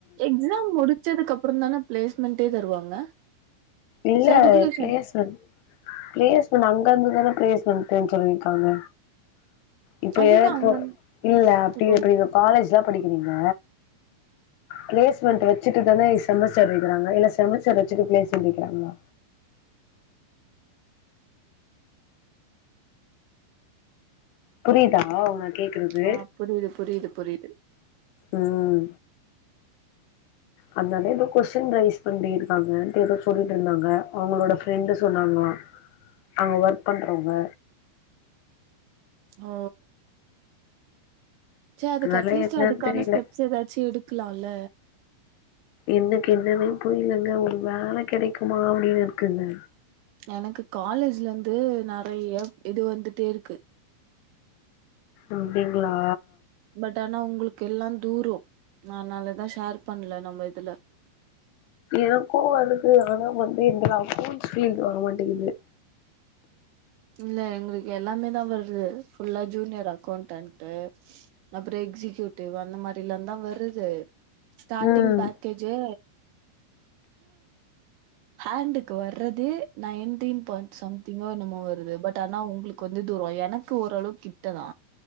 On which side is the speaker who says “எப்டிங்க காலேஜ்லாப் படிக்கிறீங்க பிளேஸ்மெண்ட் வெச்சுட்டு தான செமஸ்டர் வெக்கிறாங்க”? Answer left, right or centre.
Left